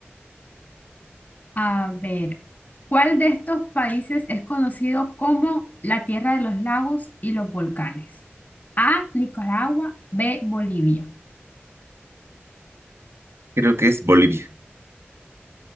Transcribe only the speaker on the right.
Creo que es Bolivia.